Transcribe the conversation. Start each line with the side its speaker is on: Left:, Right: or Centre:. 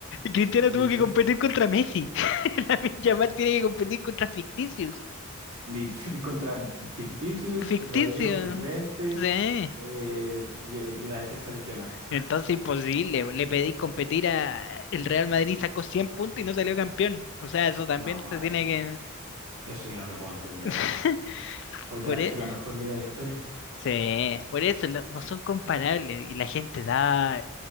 Left: Cristiano
Right: Literal.
Left: tuvo que competir contra Messi. <laughs> Lamine Yamal tiene que competir contra ficticios.
Right: Lit- <laughs> Contra Ficticius,
Left: Ficticios.
Right: Rodrigo suplente
Left: Sí.
Right: eh, y, y la defensa lesionada.
Left: Entonces imposible. Le pedí competir a... El Real Madrid sacó 100 puntos y no salió campeón. O sea, eso también
Right: No,
Left: se tiene
Right: eso,
Left: que...
Right: eso yo no lo puedo entender.
Left: <laughs>
Right: Puede
Left: Por
Right: haber
Left: e-
Right: sido la mejor liga de la historia.
Left: Sí, por eso no, no son comparables y la gente da,